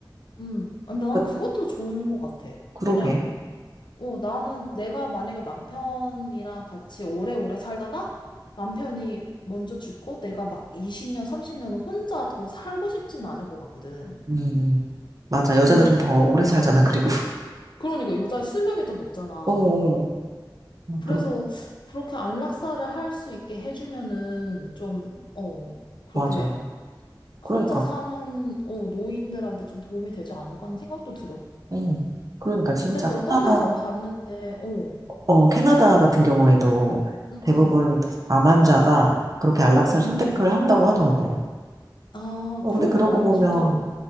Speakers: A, on the left (about 70°); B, on the right (about 45°).
A: 음, 근데 난
B: 그-
A: 그것도 좋은 것 같아.
B: 그러게.
A: 왜냐, 어, 나는 내가 만약에 남편이랑 같이 오래오래 살다가 남편이 먼저 죽고 내가 막 20년, 30년을 혼자 더 살고 싶진 않을 것 같거든.
B: 음. 맞아. 여자들은
A: 음.
B: 더 오래 살잖아, 그리고. <laughs>
A: 그러니까 여자의 수명이 더 높잖아.
B: 어, 어. 아,
A: 그래서
B: 그렇,
A: 그렇게 안락사를 할 수 있게 해주면은 좀, 어, 그렇게
B: 맞아. 그러니까.
A: 혼자 사는, 어, 노인들한테 좀 도움이 되지 않을까 하는 생각도 들어.
B: 응. 그러니까 진짜
A: 근데 또
B: 캐나다
A: 어떤 데서 봤는데, 어,
B: 어, 캐나다 같은 경우에도
A: 음,
B: 대부분 암 환자가 그렇게 안락사를
A: 음. 음.
B: 선택을 한다고 하더라고.
A: 아,
B: 어,
A: 그러니까.
B: 근데 그런 거
A: 아니,
B: 보면,
A: 진짜